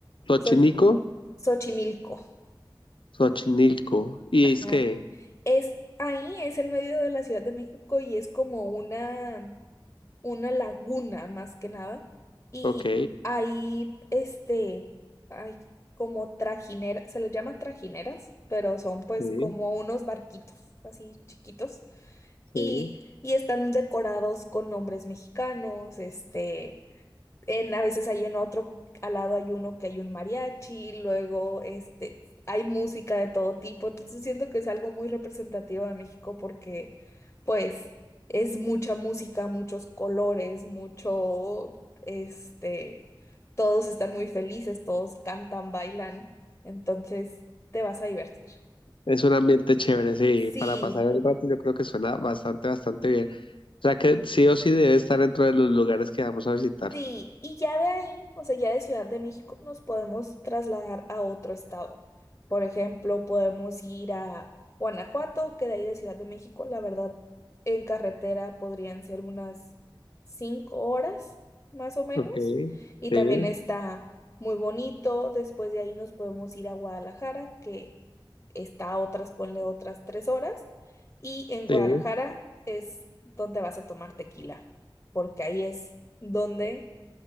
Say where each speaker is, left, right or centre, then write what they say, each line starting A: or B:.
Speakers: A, on the left (about 80°); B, on the left (about 25°).
A: Xochimilco,
B: So- Xochimilco,
A: Xochimilco. Y
B: ajá.
A: es que,
B: Es ahí, es en medio de la Ciudad de México y es como una, una laguna más que nada. Y
A: ok,
B: ahí, este, hay como trajineras, se les llama trajineras, pero son pues
A: sí,
B: como unos barquitos así chiquitos.
A: sí.
B: Y, y están decorados con nombres mexicanos, este. en- a veces hay en otro, al lado hay uno que hay un mariachi, luego este, hay música de todo tipo, entonces siento que es algo muy representativo de México porque pues es mucha música, muchos colores, mucho, este, todos están muy felices, todos cantan, bailan, entonces te vas a divertir.
A: Es un ambiente chévere, sí,
B: Sí.
A: para pasar el rato yo creo que suena bastante, bastante bien. O sea que sí o sí debe estar dentro de los lugares que vamos a visitar.
B: Sí, y ya de ahí, o sea, ya de Ciudad de México nos podemos trasladar a otro estado. Por ejemplo, podemos ir a Guanajuato, que de ahí de Ciudad de México, la verdad, en carretera podrían ser unas cinco horas, más o menos.
A: Ok,
B: Y
A: sí,
B: también está muy bonito. Después de ahí nos podemos ir a Guadalajara, que está a otras, ponle otras tres horas. Y en Guadalajara
A: sí,
B: es donde vas a tomar tequila, porque ahí es donde